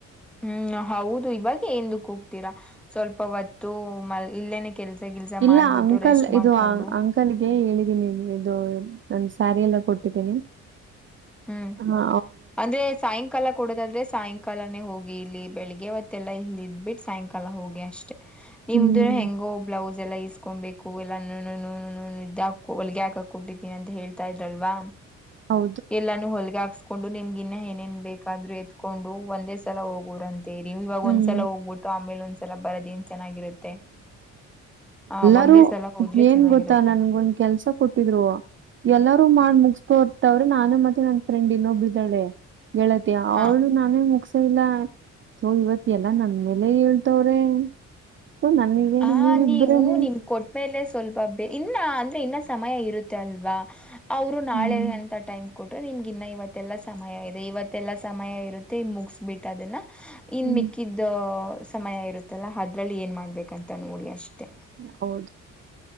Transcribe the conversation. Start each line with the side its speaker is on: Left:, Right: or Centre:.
Centre: ಹ್ಮ್ ಹೌದು ಇವಾಗ ಎಂದಕ್ ಹೋಗ್ತೀರಾ ಸ್ವಲ್ಪ ಹೊತ್ತು ಮ ಇಲ್ಲೇನೆ ಕೆಲ್ಸ ಗಿಲ್ಸ
Right: ಇಲ್ಲ
Centre: ಮಾಡ್ಬಿಟ್ಟು
Right: ಅಂಕಲ್
Centre: ರೆಸ್ಟ್ ಮಾಡ್ಕೊಂಡು
Right: ಇದು ಅಂಕಲ್ಗೆ ಹೇಳಿದ್ ನಿ ಇದು ನನ್ ಸ್ಯಾರಿ ಎಲ್ಲಾ ಕೊಟ್ಟಿದ್ದೀನಿ
Centre: ಹ್ಮ್
Right: ಹಾ
Centre: ಅಂದ್ರೆ ಸಾಯಂಕಾಲ ಕೊಡೋದಾದ್ರೆ ಸಾಯಂಕಾಲನೇ ಹೋಗಿ ಇಲ್ಲಿ ಬೆಳಿಗ್ಗೆವತ್ತೆಲ್ಲಾ ಇಲ್ಲ ಇದ್ ಬಿಟ್ ಸಾಯಂಕಾಲ ಹೋಗಿ ಅಷ್ಟೇ ನಿಮ್ದು
Right: ಹ್ಮ್
Centre: ಹೆಂಗೋ ಬ್ಲೌಸ್ ಎಲ್ಲಾ ಇಸ್ಕೊಬೇಕು ಎಲ್ಲ ಇದ್ದಾ <unintelligible> ಹೊಲ್ಗೆ ಹಾಕಕ್ ಕೊಟ್ಟಿದ್ದೀನಿ ಅಂತ ಹೇಳ್ತಾ ಇದ್ರಲ್ವಾ
Right: ಹೌದು
Centre: ಎಲ್ಲಾನು ಹೊಲ್ಗೆ ಹಾಕ್ಸ್ಕೊಂಡು ನಿಮ್ಗಿನ್ನ ಏನೇನ್ ಬೇಕಾದ್ರು ಎತ್ಕೊಂಡು ಒಂದೇ ಸಲ ಹೋಗೋರಂತ್ ತಿರಿ ಇವಾಗ
Right: ಹ್ಮ್
Centre: ಒಂದ್ಸಲ ಹೋಗ್ಬಿಟ್ಟು ಆಮೇಲೆ ಒಂದ್ಸಲ ಬರದ್ ಏನ್ ಚೆನ್ನಾಗಿರುತ್ತೆ ಆ ಒಂದೇ
Right: ಯಾರು
Centre: ಸಲ ಹೋದ್ರೆ
Right: ಏನ್
Centre: ಚೆನ್ನಾಗಿರುತ್ತೆ
Right: ಗೊತ್ತಾ ನನ್ಗೊಂದ್ ಕೆಲ್ಸ ಕೊಟ್ಟಿದ್ರು ಎಲ್ಲಾರೂ ಮಾಡ್
Centre: ಹ್ಮ್
Right: ಮುಗಿಸ್ತೋರ್ತವ್ರೆ ನಾನು ಮತ್ ತ್ ನನ್ ಫ್ರೆಂಡ್ ಇನ್ನೊಬ್ಲ್ ಇದಾಳೆ ಗೆಳತಿ
Centre: ಹ
Right: ಅವ್ಳು ನಾನೇ ಮುಗಸೆ ಇಲ್ಲ ಸ ಇವತ್ ಎಲ್ಲಾ ನನ್ ಮೇಲೆ ಹೇಳ್ತವ್ರೆ ಥೋ ನನ್ಗೇನೆ
Centre: ಹ
Right: ನೀವಿಬ್ರೇನೆ
Centre: ನೀವು ನಿಮ್ ಕೊಟ್ಟ್ಮೇಲೆ ಸ್ವಲ್ಪ ಇನ್ನ ಅಂದ್ರೆ ಇನ್ನ ಸಮಯ ಇರುತ್ತೆ ಅಲ್ವಾ ಅವರು ನಾಳೆ
Right: ಹ್ಮ್
Centre: ಅಂತ ಟೈಮ್ ಕೊಟ್ರೆ ನಿಮ್ಗೆ ಇನ್ನ ಇವತ್ತೆಲ್ಲ ಸಮಯ ಇದೆ ಇವತ್ತೆಲ್ಲ ಸಮಯ ಇರುತ್ತೆ ಮುಗಿಸಸ್ಬಿಟ್ಟು ಅದನ್ನ ಇನ್
Right: ಹ್ಮ್
Centre: ಮಿಕ್ಕಿದ್ದ ಸಮಯ ಇರುತ್ತಲ್ಲ ಅದ್ರಲ್ಲಿ ಏನ್ ಮಾಡ್ಬೇಕಂತ ನೋಡಿ ಅಷ್ಟೆ
Right: ಹೌ